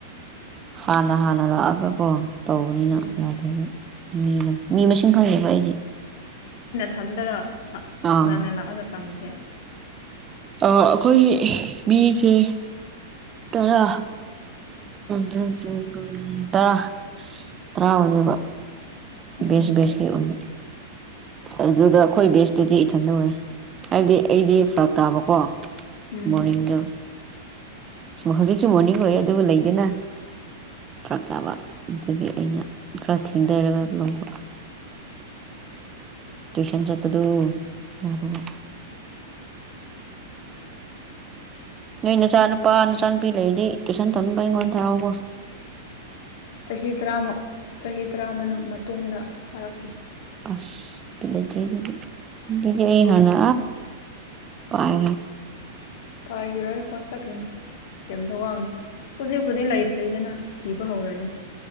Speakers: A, on the right (about 20°); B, on the left (about 55°).
A: ꯍꯥꯟꯅ ꯍꯥꯟꯅ ꯂꯥꯛꯑꯒꯀꯣ ꯇꯧꯕꯅꯤꯅ
B: ꯎꯝ
A: ꯌꯥꯗꯦ ꯑꯗꯨ ꯃꯤꯗ ꯃꯤ ꯃꯁꯤꯡ ꯈꯪꯉꯦꯕ ꯑꯩꯗꯤ
B: ꯊꯟꯗꯔ
A: ꯑꯥ
B: ꯉꯟꯅ ꯂꯥꯛꯑꯒ ꯇꯝꯃꯤꯁꯦ
A: ꯑ ꯑꯩꯈꯣꯏ ꯃꯤꯕꯤꯁꯦ ꯇꯔꯥ ꯇꯔꯥ ꯇꯔꯥ ꯑꯣꯏꯖꯕ
B: ꯑꯣ
A: ꯕꯦꯁ ꯕꯦꯁꯀꯤ ꯑꯣꯏ ꯑꯗꯨꯗ ꯑꯩꯈꯣꯏ ꯕꯦꯁꯇꯨꯗꯤ ꯏꯊꯟ ꯇꯧꯋꯦ ꯍꯥꯏꯕꯗꯤ ꯑꯩꯗꯤ ꯐꯔꯛ ꯇꯥꯕꯀꯣ
B: ꯎꯝ
A: ꯃꯣꯣꯔꯜꯗ ꯍꯧꯖꯤꯛꯁꯨ ꯃꯣꯔꯅꯤꯡ ꯑꯣꯏ ꯑꯗꯨꯕꯨ ꯂꯩꯗꯅ ꯄꯔꯛ ꯆꯥꯕ ꯑꯗꯨꯒꯤ ꯑꯩꯅ ꯈꯔ ꯊꯦꯡꯊꯔꯒ ꯂꯧꯕ ꯇꯨꯁꯟ ꯆꯄꯗꯨ ꯌꯥꯗꯕ
B: <inaudible>
A: ꯅꯣꯏ ꯅꯆꯥꯅꯨꯄꯥ ꯅꯆꯥꯅꯨꯄꯤ ꯂꯩꯔꯤꯗꯤ ꯇꯨꯏꯁꯟ ꯊꯝꯅꯤꯡꯕ ꯑꯩꯉꯣꯟꯗ ꯊꯔꯥꯎꯕ
B: ꯆꯍꯤ ꯇꯔꯥꯃꯨꯛ ꯆꯍꯤ ꯇꯔꯥꯃ ꯃꯇꯨꯡꯗ ꯐꯥꯔꯛꯀ
A: ꯑꯁꯂꯖ ꯍꯅ ꯄꯥꯏ
B: ꯄꯥꯏꯈꯤꯔꯣꯏ ꯄꯥꯀꯗꯣꯏꯅꯣ ꯀꯩꯝꯇ ꯋꯥꯡꯅꯨ ꯍꯧꯖꯤꯛꯄꯨꯗꯤ ꯂꯩꯇ꯭ꯔꯤꯗꯅ ꯊꯤꯕ ꯍꯧꯔꯅꯤ